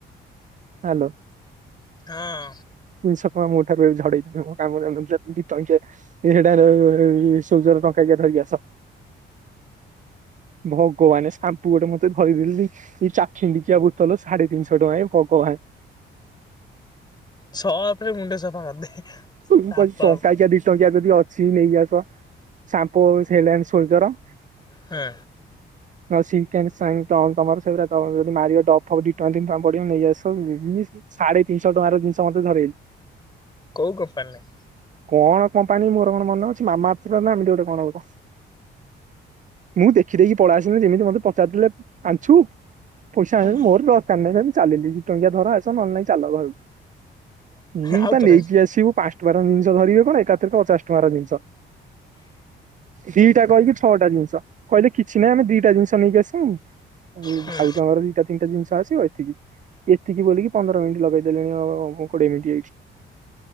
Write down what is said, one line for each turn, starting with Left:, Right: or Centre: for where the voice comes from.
Right: ହ୍ୟାଲୋ।
Left: ହଁ।
Right: ଦିଶ ଟଙ୍କା ମୋ ଠାରୁ ଝଡେଇଛି, ମୋ କାମରେ ଅନୁସାରେ <unintelligible> ହେଡ଼ ଏଣ୍ଡ ସୋଲଜର ଟଙ୍କାକିଆ ଧରିକି ଆସ। ଭଗବାନେ ସାମ୍ପୁ ଗୋଟେ ମତେ ଧରିଦେଲି ଏଇ ଚାଖିଣ୍ଡିକିଆ ବୋତଲ, ସାଢେ ତିନିଶହ ଟଙ୍କା ଏ ଭଗବାନ।
Left: ସର୍ଫରେ ମୁଣ୍ଡ ସଫା କରିଦେ।
Right: ମୁଁ
Left: ସାପ
Right: କହୁଛି ଟଙ୍କାକିଆ
Left: ଆଉ କଣ।
Right: ଦିଟଙ୍କିଆ ଯଦି ଅ ଛି ନେଇକି ଆସ ସାମ୍ପୋ ହେଡ ଆନ ସୋଲଜର।
Left: ହଁ।
Right: ସିଂଙ୍କ ଆଣ୍ଡ ସାଇନ ତମର ସେଗୁରା ଯଦି ମାରିବ ଡବ ଫବ ଦି ଟଙ୍କା ତିନି ଟଙ୍କା ପଡିବ ନେଇ ଆସ, ସାଢେ ତିନିଶହ ଟଙ୍କାର ଜିନିଷ ମୋତେ ଧରେଇଲେ।
Left: କୋଉ କମ୍ପାନୀ?
Right: କଣ କମ୍ପାନୀ ମୋର କଣ ମନେ ଅଛି ମାମା ଆର୍ଥ ଟା ଏମିତି ଗୋଟେ କଣ ଗୋଟେ। ମୁଁ ଦେଖିଦେଇକି କି ପଳେଇ ଆସିଲିନି ଯେମିତି ମତେ ପଚାରିଲେ ଆଣିଛୁ ପଇସା
Left: ହଁ
Right: ଆଣି ମୋର ଦରକାର ନାହିଁ ଚାଲିଲି, ଦି ଟଙ୍କିଆ ଧର ଆସ ନହେଲେ ନାଇଁ ଚାଲ। ଇଏ
Left: ଆଉଥରେ
Right: ପା ନେଇକି ଆସିବୁ ପାଞ୍ଚ ଜିନିଷ ଧରିବେ କଣ ଏକାଥରେ ପଚାଶ ଟଙ୍କାର ଜିନିଷ ଦିଟା କହିକି ଛଅଟା ଜିନିଷ। କହିଲେ କିଛି ନାହିଁ ଆମେ ଦିଟା ଜିନିଷ ନେଇକି ଆସିବୁ, ଆ
Left: ହୁଁ
Right: ଭାଉଜଙ୍କର ଦିଟା ତିନିଟା ଜିନିଷ ଆସିବ ଏତିକି ଏତିକି ବୋଲିକି ପନ୍ଦର ମିନିଟ ଲଗେଇ ଦେଲେଣି ଆ ମୁ କୋଡିଏ ମିନିଟ ଏଇଠି।